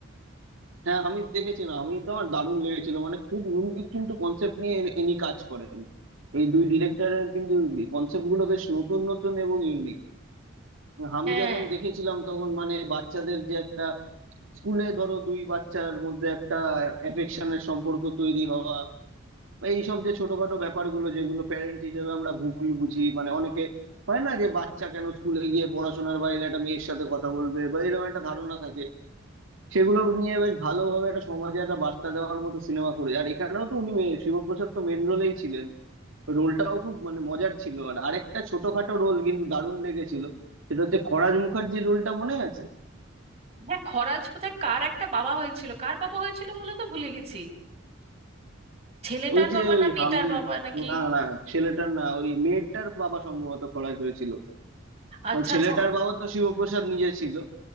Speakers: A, on the right; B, on the right.
A: হ্যাঁ আমি দেখেছিলাম আমি তো আমার দারুণ লেগেছিল মানে খুব ইউনিক কিন্তু কনসেপ্ট নিয়ে এন- ইনি কাজ করেন এই দুই ডিরেক্টরের কিন্তু কনসেপ্ট গুলো বেশ নতুন নতুন এবং ইউনিক আমি
B: হ্যাঁ
A: যখন দেখেছিলাম তখন মানে বাচ্চাদের যে একটা স্কুলে ধরো দুই বাচ্চার মধ্যে একটা অ্যাফেকশনের সম্পর্ক তৈরি হওয়া এইসব যে ছোটখাটো ব্যাপারগুলো যেগুলো প্যারেন্ট হিসেবে আমরা ভুল বুঝি মানে অনেকে হয় না যে বাচ্চা কেন স্কুলে গিয়ে পড়াশোনার বাইরে একটা মেয়ের সাথে কথা বলবে বা এরকম একটা ধারণা থাকে সেগুলো নিয়ে বেশ ভালোভাবে একটা সমাজে একটা বার্তা দেওয়ার মতো সিনেমা করে আর এখানেও তো উনি মে- শিবপ্রসাদ তো মেন রোলেই ছিলেন রোলটাও খুব মানে মজার ছিল আর আরেকটা ছোটখাটো রোল কিন্তু দারুণ লেগেছিল সেটা হচ্ছে খরাজ মুখার্জির রোলটা মনে আছে
B: হ্যাঁ খরাজ বোধহয় কার একটা বাবা হয়েছিল কার বাবা হয়েছিল বলে তো ভুলে গেছি ছেলেটার
A: ওই যে
B: বাবা না
A: ওই
B: মেয়েটার
A: হামি
B: বাবা নাকি
A: না না ছেলেটার না ওই মেয়েটার বাবা সম্ভবত খরাজ হয়েছিল
B: আচ্ছা
A: কারণ ছেলেটার
B: আচ্ছা
A: বাবা তো শিবপ্রসাদ নিজে ছিল